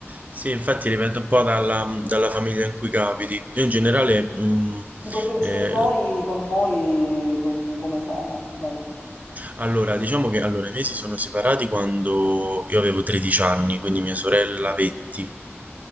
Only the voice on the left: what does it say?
tipo i tuoi
genitori con voi com- come sono? Cioè...
mm.